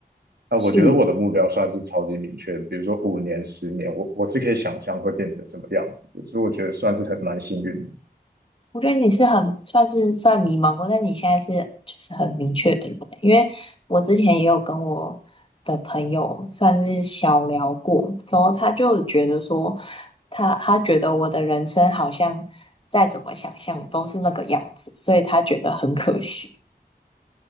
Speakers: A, on the right (about 70°); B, on the left (about 30°).
A: 啊，
B: 是，
A: 我觉得我的目标算是超级明确的比如说五年、十年，我我是可以想象会变成什么样子的，所以我觉得算是很蛮幸运的。
B: 我觉得你是很算是算迷茫过，但你现在是就是很明确的人欸，因为我之前也有跟我的朋友算是小聊过，之后他就觉得说他他觉得我的人生好像再怎么想象都是那个样子，所以他觉得很可惜，